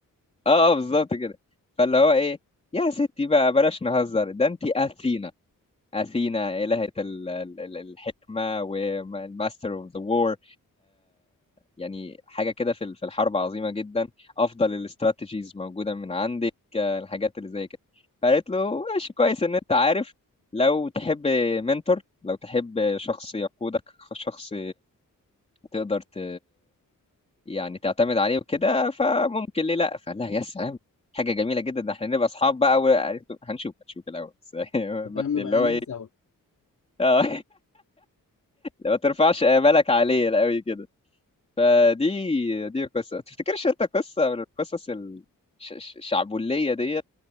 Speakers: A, on the left; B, on the left.
A: اه اه بالظبط كده فاللي هو ايه يا ستي بقى بلاش نهزر ده انت اثينا أثينا إلهة ال- ال- ال- الحكمة والماستر اوف ذا وور يعني حاجة كده في ال- في الحرب عظيمة جدا أفضل الاستراتيجيز موجودة من عندك آه، الحاجات اللي زي كده فقالت له ماشي كويس إن أنت عارف لو تحب منتور لو تحب شخص يقودك شخص تقدر ت... يعني تعتمد عليه وكده فممكن ليه لا فقال لها يا سلام حاجة جميلة جدا ده احنا نبقى اصحاب بقى وقالت له هنشوف هنشوف الأول بس <laughs>
B: انت فاهم
A: بس اللي
B: نبقى
A: هو
B: الهه
A: ايه
B: سوا
A: اه ما ترفعش آمالك عليه قوي كده فدي دي قصة ما تفتكرش انت قصة من القصص ال- ش- ش- الشعبولية ديت